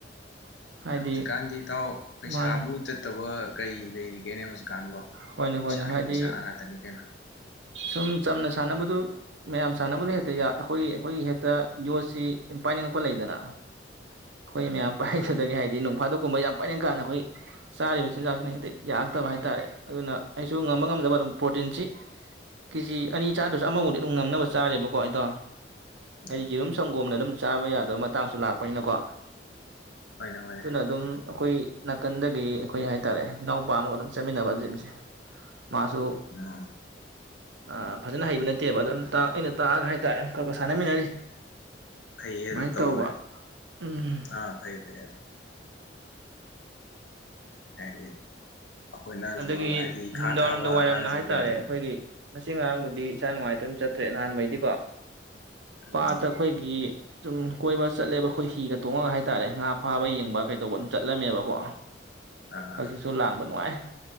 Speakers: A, on the right; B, on the left.
A: ꯍꯥꯏꯗꯤ
B: ꯍꯧꯖꯤꯛꯀꯥꯟꯗꯤ ꯏꯇꯥꯎ ꯄꯩꯁꯥꯕꯨ
A: ꯃꯥꯅꯦ
B: ꯆꯠꯇꯕ ꯀꯩ ꯂꯩꯔꯤꯒꯦꯅꯦ ꯍꯧꯖꯤꯛ ꯀꯥꯟꯕꯣ
A: ꯍꯣꯏꯅꯦ
B: ꯄꯩꯁꯥꯒꯤ
A: ꯍꯣꯏꯅꯦ ꯍꯥꯏꯗꯤ
B: ꯄꯩꯁꯥ ꯉꯥꯛꯇꯅꯤ ꯀꯩꯅꯣ
A: ꯁꯨꯝ ꯆꯝꯅ ꯁꯥꯟꯅꯕꯗꯨ ꯃꯌꯥꯝ ꯁꯥꯟꯅꯕꯗ ꯍꯦꯛꯇ ꯌ ꯑꯩꯈꯣꯏ ꯑꯩꯈꯣꯏꯒꯤ ꯍꯦꯛꯇ ꯌꯣꯠꯁꯤ ꯄꯥꯏꯅꯤꯡꯉꯛꯄ ꯂꯩꯗꯅ ꯑꯩꯈꯣꯏ
B: ꯎꯝ
A: ꯃꯌꯥꯝ ꯄꯥꯏꯊꯗꯒꯦ ꯍꯥꯏꯗꯤ ꯅꯣꯡ ꯐꯥꯗꯣꯛꯀꯨꯝꯕ ꯌꯥꯝ ꯄꯥꯏꯅꯤꯡꯀꯥꯟꯗ ꯑꯩꯈꯣꯏ ꯆꯥꯔꯤꯕ ꯆꯤꯟꯖꯥꯛꯁꯤꯅ ꯍꯦꯛꯇ ꯌꯥꯔꯛꯇꯕ ꯍꯥꯏꯇꯥꯥꯔꯦ꯫ ꯑꯗꯨꯅ ꯑꯩꯁꯨ ꯉꯝꯕ ꯉꯝꯗꯕ ꯑꯗꯨꯝ ꯄ꯭ꯔꯣꯇꯤꯟꯁꯤ ꯀꯦꯖꯤ ꯑꯅꯤ ꯆꯥꯗ꯭ꯔꯁꯨ ꯑꯃꯕꯨꯗꯤ ꯑꯗꯨꯝ ꯉꯝꯅꯕ ꯆꯥꯔꯦꯕꯀꯣ ꯑꯩꯗꯣ꯫ ꯑꯩ
B: ꯎꯝ
A: ꯌꯦꯔꯨꯝ ꯁꯪꯒꯣꯝꯅ ꯑꯗꯨꯝ ꯆꯥꯕ ꯌꯥꯗꯕ ꯃꯇꯥꯡꯁꯨ ꯂꯥꯛꯄꯅꯤꯅꯀꯣ
B: ꯍꯣꯏꯅꯦ ꯍꯣꯏꯅꯦ
A: ꯗꯨꯅ ꯑꯗꯨꯝ ꯑꯩꯈꯣꯏ ꯅꯥꯀꯟꯗꯒꯤ ꯑꯩꯈꯣꯏ ꯍꯥꯏꯇꯥꯔꯦ ꯏꯅꯥꯎꯄꯥ ꯑꯃꯒ ꯑꯗꯨꯝ ꯆꯠꯃꯤꯟꯅꯕ꯫ ꯖꯤꯝꯁꯦ ꯃꯥꯁꯨ
B: ꯑꯣ
A: ꯑ ꯐꯖꯅ ꯍꯩꯕ ꯅꯠꯇꯦꯕ ꯑꯗꯨꯝ ꯑꯩꯅ ꯇꯥ ꯇꯥꯛꯑꯒ ꯍꯥꯏꯇꯥꯔꯦ ꯈꯔ ꯈꯔ ꯁꯥꯟꯅꯃꯤꯟꯅꯔꯤ꯫
B: ꯐꯩꯌꯦ
A: ꯑꯗꯨꯃꯥꯏꯅ
B: ꯑꯗꯨ ꯇꯧꯔꯤꯗꯣ
A: ꯇꯧꯕ ꯎꯝ
B: ꯑ ꯐꯩꯌꯦ ꯐꯩꯌꯦ ꯑꯗꯣ ꯍꯥꯏꯗꯤ ꯑꯩꯈꯣꯏꯅꯁꯨ
A: ꯑꯗꯒꯤ
B: ꯍꯥꯏꯗꯤ ꯏꯈꯥ
A: ꯅꯨꯃꯤꯗꯥꯡꯋꯥꯏꯔꯝꯗ
B: ꯊꯥꯕ
A: ꯋꯥꯏꯔꯝꯗ
B: ꯑꯉꯥꯡꯁꯤꯡꯁꯦ
A: ꯍꯥꯏꯇꯥꯔꯦ
B: ꯑꯗꯨꯝ
A: ꯑꯩꯈꯣꯏꯒꯤ ꯉꯁꯤ ꯉꯔꯥꯡꯕꯨꯗꯤ ꯏꯁꯥ ꯅꯨꯡꯉꯥꯏꯇ ꯑꯗꯨꯝ ꯆꯠꯇ꯭ꯔꯦ ꯅꯍꯥꯟ ꯃꯈꯩꯗꯤꯀꯣ
B: ꯎꯝ
A: ꯄꯥꯠꯇ ꯑꯩꯈꯣꯏꯒꯤ ꯁꯨꯝ ꯀꯣꯏꯕ ꯆꯠꯂꯦꯕ ꯑꯩꯈꯣꯏ ꯍꯤꯒ ꯇꯣꯡꯉꯒ ꯍꯥꯏꯇꯥꯔꯦ ꯉꯥ ꯐꯥꯕ ꯌꯦꯡꯕ ꯀꯩꯗꯧꯕ ꯑꯗꯨꯝ ꯆꯠꯂꯝꯃꯦꯕꯀꯣ꯫
B: ꯑꯥ
A: ꯍꯛꯖꯤꯛꯁꯨ ꯂꯥꯡꯕ ꯅꯨꯡꯉꯥꯏ꯫